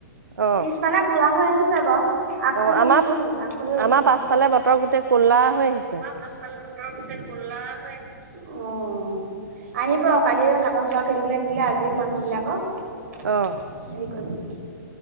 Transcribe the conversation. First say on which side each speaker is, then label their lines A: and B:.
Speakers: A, on the right; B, on the right.
A: অ
B: পিছফালে ক'লা হৈ আহিছে বাৰু আগফালে
A: অ আমাৰ
B: মুকলি। আগফালে ৰ'দ
A: আমাৰ
B: দিছে।
A: পাছফালে বতৰ গোটেই ক'লা হৈ আহিছে।
B: পাছফালে তহতৰ গোটেই ক'লা হৈ আহিছে? অ'। আহিব কালিয়ে সাতৰ চুৱা খেদিবলৈ নিদিলে, আজিও মানুহ বিলাকক
A: অ'।
B: হেৰি কৰিছে,